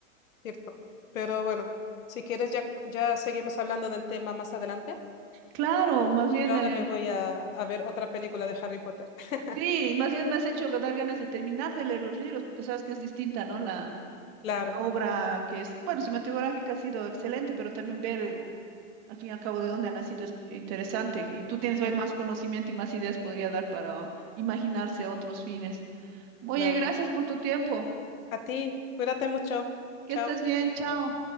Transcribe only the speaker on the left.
cierto. Pero bueno, si quieres ya, ya seguimos hablando del tema más adelante.
Yo ahora
me voy a, a ver otra película de Harry Potter. <laughs>
Claro,
ujú,
claro.
A ti, cuídate mucho.
Chao.